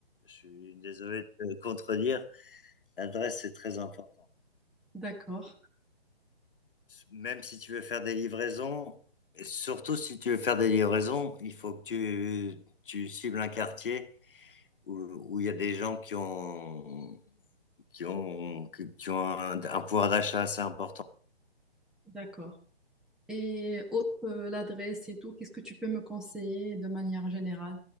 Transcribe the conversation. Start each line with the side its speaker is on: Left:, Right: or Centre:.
Left: Je suis désolé de te contredire, l'adresse, c'est très important.
Centre: D'accord,
Left: Même si tu veux faire des livraisons, et surtout si tu veux faire des livraisons, il faut que tu, tu cibles un quartier où, où il y a des gens qui ont, qui ont, qui qui ont un, un pouvoir d'achat assez important.
Centre: d'accord. Et autre, euh, l'adresse et tout, qu'est-ce que tu peux me conseiller de manière générale?